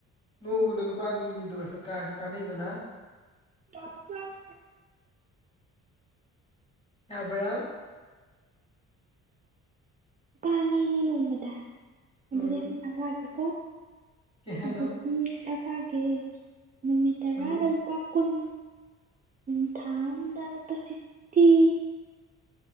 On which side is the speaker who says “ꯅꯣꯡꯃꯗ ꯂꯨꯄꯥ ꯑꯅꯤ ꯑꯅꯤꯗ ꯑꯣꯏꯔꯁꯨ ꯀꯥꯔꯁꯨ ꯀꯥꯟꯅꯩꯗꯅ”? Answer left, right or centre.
Left